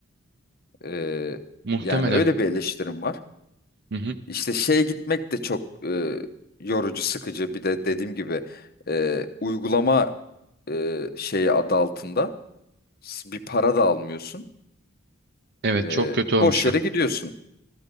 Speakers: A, on the left; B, on the right.
A: Ee,
B: Muhtemelen.
A: yani öyle bir eleştirim var.
B: Hı hı.
A: İşte şeye gitmek de çok e, yorucu, sıkıcı. Bir de dediğim gibi e, uygulama e, şeyi adı altında s- bir para da almıyorsun.
B: Evet,
A: E,
B: çok kötü olmuş
A: boş yere
B: o.
A: gidiyorsun.